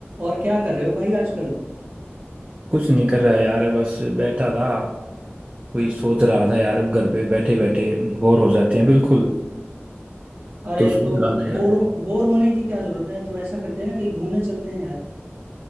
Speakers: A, on the right (about 50°); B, on the right (about 30°).
A: और क्या कर रहे हो भाई आजकल
B: कुछ नहीं कर रहा है यार बस बैठा था वही सोच रहा था यार घर पे बैठे बैठे बोर हो जाते हैं बिल्कुल
A: अरे
B: तो सोच
A: तो
B: रहा था यार
A: बोर बोर होने की क्या जरूरत है तो ऐसा करते हैं ना कहीं घूमने चलते हैं यार